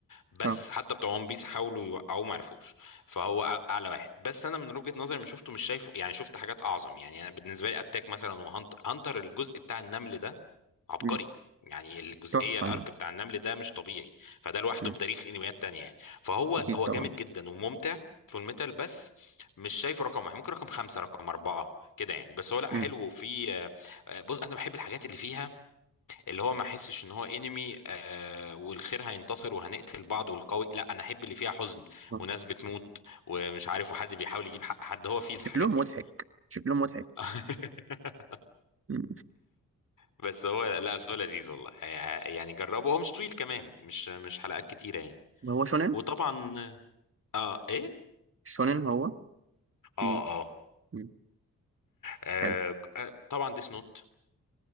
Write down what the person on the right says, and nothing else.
اه
امم
تحفه
ده
امم
اكيد
طبعا
امم
طبعاً.
شكلهم
مضحك شكلهم مضحك
مم.
هو شونين
شونين هو
في
مم.
حلو